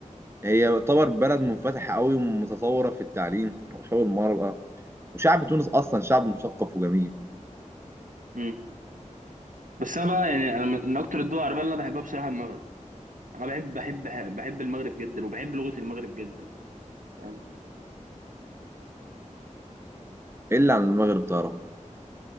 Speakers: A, on the right (about 20°); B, on the right (about 85°).
A: هي يعتبر بلد منفتحه قوي ومتطوره في التعليم وحقوق المرأة وشعب تونس اصلا شعب مثقف وجميل
B: هي بس انا بقى يعني انا من اكتر الدول العربيه اللي انا بحبها بصراحه المغرب انا بحب بحب بحب المغرب جدا وبحب لغه المغرب جدا فاهم
A: الا عن المغرب تعرفه